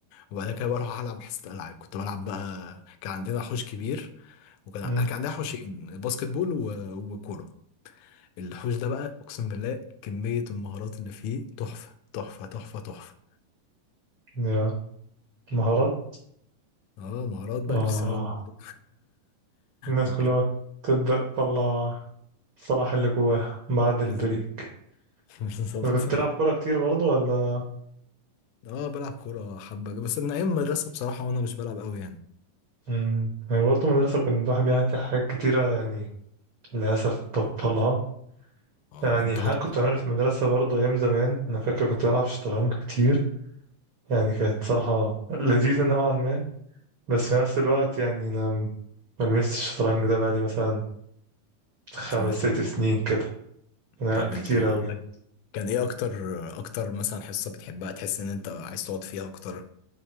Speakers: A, on the left; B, on the right.
A: وبعد كده بروح العب حصة العاب كنت بلعب بقى كان عندنا حوش كبير وكان
B: مم.
A: كان عندنا حوشين باسكت بول و... وكورة الحوش ده بقى اقسم بالله كمية المهارات اللي فيه تحفة تحفة تحفة تحفة
B: يا مهارات
A: اه مهارات بقى
B: آه
A: كريستيانو رونالدو
B: الناس
A: <laughs> اوكي
B: كلها تبدأ تطلع الصلاح اللي جواها بعد البريك
A: بالظبط بالظبط
B: بس كنت تلعب كورة كتير برضو ولا
A: اه بلعب كورة حبة بس من أيام المدرسة بصراحة وأنا مش بلعب قوي يعني
B: مم. يعني برضو مدرسة كنت الواحد بيعمل فيها حاجات كتيرة يعني للأسف بطلها
A: اه
B: يعني
A: أنت
B: حاجة
A: كنت
B: كنت بعملها في المدرسة برضو أيام زمان أنا فاكر كنت بلعب شطرنج كتير يعني كانت صراحة لذيذة نوعا ما بس في نفس الوقت يعني أنا م- ما لمستش الشطرنج ده بقالي مثلا خمس
A: سنتين
B: ست سنين كده أنا
A: طب
B: كتير
A: أنت
B: أوي يعني
A: كان إيه أكتر أكتر مثلا حصة بتحبها تحس إن أنت عايز تقعد فيها أكتر